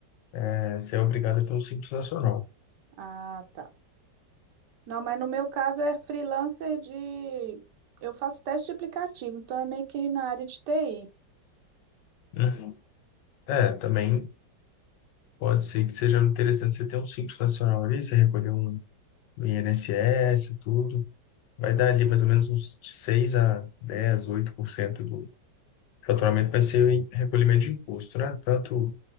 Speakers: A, on the left; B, on the right.
A: é você é obrigado a ter um Simples Nacional.
B: Ah, tá. Não, mas no meu caso é freelancer de. Eu faço teste de aplicativo, então é meio que na área de TI.
A: Uhum. É, também pode ser que seja interessante você ter um Simples Nacional ali, você recolher um INSS, e tudo. Vai dar ali mais ou menos uns 6 a dez oito por cento do faturamento vai ser em recolhimento de imposto, né? Tanto